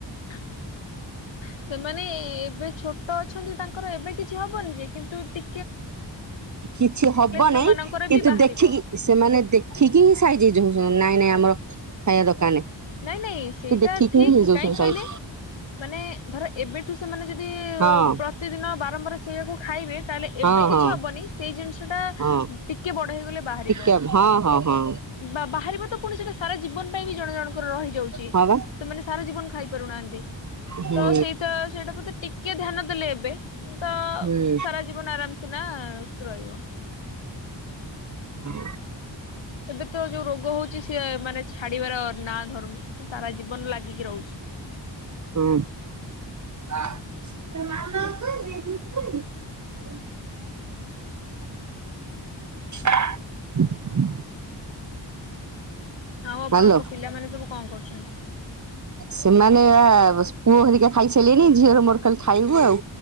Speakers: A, on the left; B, on the right.
A: <inaudible> ସେମାନେ ଏ ଏବେ ଛୋଟ ଅଛନ୍ତି ତାଙ୍କର ଏବେ କିଛି ହବନି ଯେ କିନ୍ତୁେ ଟି
B: କିଛି ହବ
A: ସେମାନଙ୍କର
B: ନାହିଁ କିନ୍ତୁ
A: ବି ବାହାରିବ
B: ଦେଖିକି ସେମାନେ ଦେଖିକି କି ସାଇଛି ନାଇଁ ନାଇଁ ଆମର ଖାଇବା ଦକା ନାହିଁ
A: ନାଇଁ ନାଇଁ ସେଇଟା
B: ସେ ଦେଖିକି
A: ଠିକ
B: ହିଁ ହେଇଯାଉଛନ୍ତି
A: କାଇହିଁ କହିଲେ
B: ସାଇଜ
A: ମାନେ ଧର ଏବେଠୁ ସେମାନେ ଯଦି
B: ହଁ
A: ପ୍ରତିଦିନ ବାରମ୍ବାର ସେଇଆକୁ ଖାଇବେ ତାହେଲେ
B: ହଁ
A: ଏବେ କିଛି
B: ହଁ
A: ହବନି ସେଇ ଜିନିଷ ଟା
B: ହଁ
A: ଟିକେ ବଡ ହେଇଗଲେ ବାହାରିବ
B: ଟିକେ ହଁ ହଁ ହଁ
A: ବା ବାହାରିବ ତ ପୁଣି ସେଇଟା ସାରା ଜୀବନ ପାଇଁ ବି ଜଣ ଜଣ ରହି ଯାଉଛି
B: ହଁ ବା
A: ସେମାନେ ସାରା ଜୀବନ ଖାଇ ପାରୁନାହାନ୍ତି
B: ହୁଁ
A: ତ ସେଇଟା ସେଇଟା ମତେ ଟିକେ ଧ୍ୟାନ ଦେଲେ ଏବେ ତ
B: ହୁଁ
A: ସାରା ଜୀବନ ଆରାମ ସିନା ରହିବ
B: ହୁ
A: ଏବେ ତ ଯୋଉ ରୋଗ ହଉଛି ସିଏ ମାନେ ଛାଡିବାର ନାଁ ଧରୁନି ସେ ସାରା ଜୀବନ ଲାଗିକି ରହୁଛି <inaudible>
B: ହଁ ଆ ତୋ ମାମା କୁ କହିବି ଯି କହିବି
A: <inaudible>
B: <inaudible>
A: ଆଉ ଆପଣଙ୍କ
B: ହ୍ୟାଲୋ
A: ପିଲାମାନେ ସବୁ କଣ କରୁଛନ୍ତି?
B: ସେମାନେ ଆ ପୁଅ ଘରିକା ଖାଇସାରିଲେଣି ଝିଅର ମୋର ଖାଲି ଖାଇବୁ ଆଉ